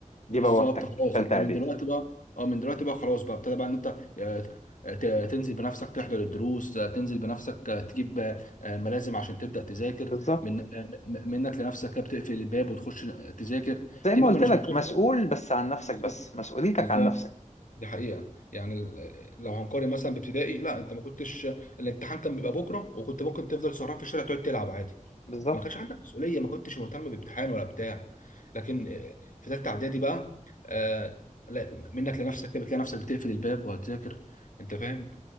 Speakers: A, on the left; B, on the left.
A: دي
B: بالظبط
A: بوابتك
B: خلاص
A: تالتة
B: انت
A: إعدادي
B: من دلوقتي بقى اه من دلوقتي بقى خلاص بقى ابتدى بقى ان انت آه، ت- آه، تنزل بنفسك تحضر الدروس آه، تنزل بنفسك آه، تجيب آه، آه، ملازم عشان تبدأ تذاكر
A: بالظبط
B: من آه، م- منك لنفسك كده بتقفل الباب وتخش تذاكر
A: زي
B: دي
A: ما
B: ما
A: قلت
B: كناش
A: لك
B: بنشوفها
A: مسؤول بس عن نفسك
B: بالظبط
A: بس مسؤوليتك
B: بالظبط
A: عن نفسك
B: دي حقيقة يعني ال- آه، لو هنقارن مثلا بابتدائي لا انت ما كنتش الامتحان كان بيبقى بكرة وكنت ممكن تفضل سهران في الشارع تقعد تلعب عادي
A: بالظبط
B: ما كانش عندك مسؤوليه ما كنتش مهتم بامتحان ولا بتاع لكن آه، في ثالثه اعدادي بقى آه، لا منك لنفسك كده بتلاقي نفسك بتقفل الباب وهتذاكر انت فاهم